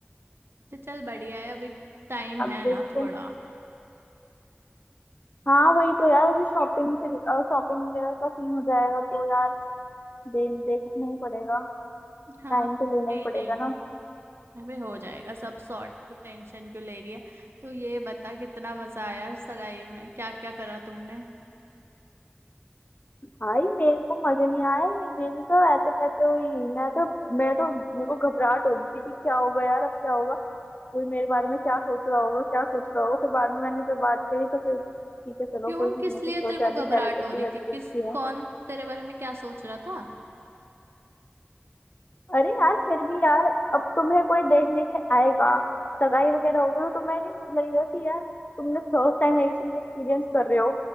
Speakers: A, on the right; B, on the left.
A: तो चल बढ़िया है अभी टाइम
B: अब
A: है
B: देखते
A: ना थोड़ा
B: हैं हाँ वही तो यार अभी शॉपिंग फिर शॉपिंग वगैरह का सीन हो जाएगा तो यार दे, देखना ही पड़ेगा
A: हाँ
B: टाइम तो लेना ही
A: नहीं
B: पड़ेगा
A: नहीं
B: ना
A: अबे हो जाएगा सब सॉर्ट तो टेंशन क्यों ले रही है तो ये बता कितना मजा आया सगाई में क्या क्या करा तुमने
B: भाई मेरे को मजे नहीं आए मेरी तो ऐसे पैसे हुई मैं तो मैं तो मेरे को घबराहट हो रही थी कि क्या होगा यार अब क्या होगा कोई मेरे बारे में क्या सोच रहा होगा क्या सोच रहा होगा फिर बाद में मैंने जब बात करी तो फिर ठीक है चलो
A: क्यों
B: कोई किसी
A: किस
B: ने कुछ
A: लिए
B: सोचा
A: तेरे को
B: नहीं
A: घबराहट
B: कह रहे थे
A: हो
B: कि
A: रही
B: लड़की
A: थी किस
B: अच्छी है
A: कौन तेरे बारे में क्या सोच रहा था
B: अरे यार फिर भी यार अब तुम्हें कोई देखने के लिए आएगा सगाई वगैरह होगी तो तुम्हें नहीं लगेगा कि यार तुमने फर्स्ट टाइम यही चीज एक्सपीरियंस कर रहे हो